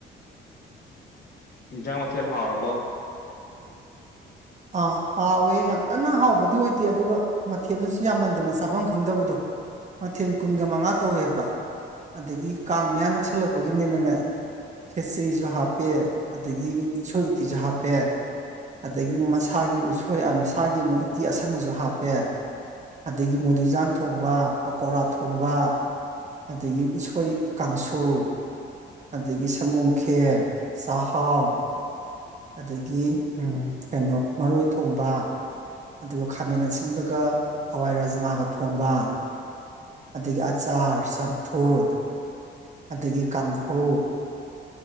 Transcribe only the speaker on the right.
ꯑꯥ ꯍꯥꯎꯋꯦ ꯌꯥꯝ ꯀꯟꯅ ꯍꯥꯎꯕꯗꯤ ꯑꯣꯏꯗꯦ ꯑꯗꯨꯒ ꯃꯊꯦꯜꯠꯅꯁꯨ ꯌꯥꯝꯃꯟꯗꯅ ꯆꯥꯐꯝ ꯈꯪꯗꯕꯗꯣ ꯃꯊꯦꯜ ꯀꯨꯟꯒ ꯃꯉꯥ ꯇꯧꯋꯦꯕ ꯑꯗꯒꯤ ꯀꯥꯡ ꯃꯌꯥ ꯅꯛꯁꯜꯂꯛꯄꯒꯤꯅꯦꯅꯅꯦ ꯈꯦꯆꯔꯤꯁꯨ ꯍꯥꯞꯄꯦ ꯑꯗꯨꯗꯒꯤ ꯎꯣꯏ ꯎꯇꯤꯁꯨ ꯍꯥꯞꯄꯦ ꯑꯗꯨꯗꯒꯤ ꯃꯃ ꯃꯁꯥꯒꯤ ꯎꯁꯣꯏꯁꯥꯒꯤ ꯑꯃꯨꯛ ꯎꯇꯤ ꯑꯁꯪꯕꯁꯨ ꯍꯥꯞꯄꯦ ꯑꯗꯒꯤ ꯃꯨꯗꯨꯖꯥꯟ ꯊꯣꯡꯕ ꯄꯀꯧꯣꯔꯥ ꯊꯣꯡꯕ ꯑꯗꯒꯤ ꯎꯁꯣꯏ ꯀꯥꯡꯁꯨ ꯑꯗꯒꯤ ꯁꯪꯒꯣꯝ ꯈꯦꯔ ꯆꯥꯛꯍꯥꯎ ꯑꯗꯒꯤ ꯀꯩꯅꯣ ꯃꯔꯣꯏ ꯊꯣꯡꯕ ꯑꯗꯨꯒ ꯈꯥꯃꯦꯟ ꯑꯁꯤꯟꯕꯒ ꯍꯋꯥꯏꯔꯥꯖ ꯃꯥꯒ ꯊꯣꯡꯕ ꯑꯗꯒꯤ ꯑꯆꯥꯔ ꯆꯝꯐꯨꯠ ꯑꯗꯒꯤ ꯀꯥꯡꯍꯧ